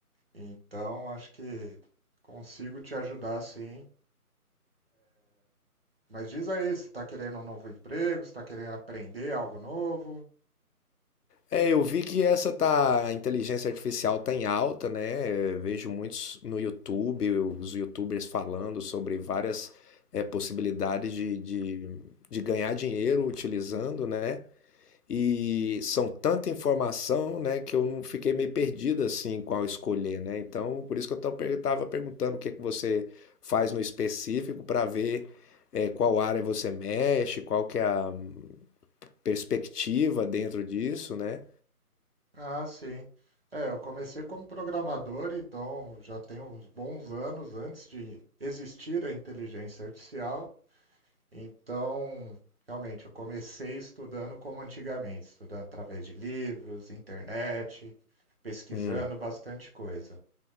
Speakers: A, on the right; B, on the left.
A: Então, acho que consigo te ajudar sim. Mas diz aí, se está querendo um novo emprego, se está querendo aprender algo novo.
B: É, eu vi que essa tá, a inteligência artificial tá em alta, né? Eu vejo muitos no YouTube, os YouTubers falando sobre várias eh, possibilidades de, de, de ganhar dinheiro utilizando, né? E são tanta informação, né, que eu não fiquei meio perdido assim qual escolher, né? Então, por isso que eu estava perguntando o que que você faz no específico para ver eh, qual área você mexe, qual que é a perspectiva dentro disso, né?
A: Ah, sim. É, eu comecei como programador, então já tem uns bons anos antes de existir a inteligência artificial. Então, realmente, eu comecei estudando como antigamente, estudando através de livros, internet, pesquisando
B: Hum.
A: bastante coisa.